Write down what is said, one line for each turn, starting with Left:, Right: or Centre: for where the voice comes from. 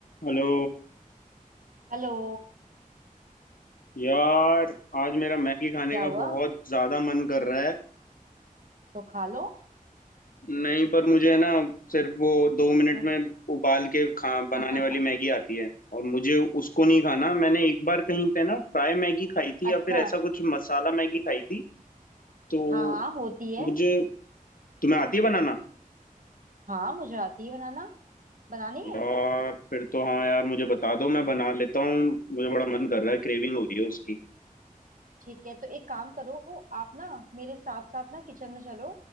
Left: Hello
Right: Hello
Left: यार आज मेरा मैगी खाने
Right: क्या
Left: का
Right: हुआ
Left: बहुत ज्यादा मन कर रहा है
Right: तो खा लो
Left: नहीं पर मुझे ना सिर्फ वो दो मिनट
Right: हाँ
Left: में उबाल के खा बनाने
Right: <laughs>
Left: वाली मैगी आती है और मुझे उसको नहीं खाना मैंने एक बार कहीं पे ना फ्राई मैगी खाई थी
Right: अच्छा
Left: या फिर ऐसा कुछ मसाला मैगी खाई थी तो
Right: हाँ हाँ होती है
Left: मुझे तुम्हें आती है बनाना
Right: हाँ मुझे आती है बनाना बनानी
Left: यार
Right: है
Left: फिर तो हाँ यार मुझे बता दो मैं बना लेता हूँ मुझे बड़ा मन कर रहा है क्रेविंग हो रही है उसकी
Right: ठीक है तो एक काम करो आप ना मेरे साथ साथ ना किचन में चलो